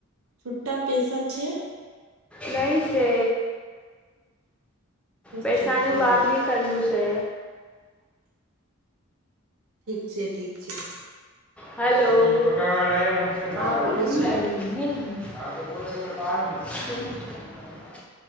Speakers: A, on the right; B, in the centre.
A: છુટા પૈસા છે.
B: નઈશે પૈસાનું
A: છે કે
B: બાદ ની કરનું છે.
A: ઠીક છે ઠીક છે
B: હલો. <unintelligible>
A: હા બોલો છે.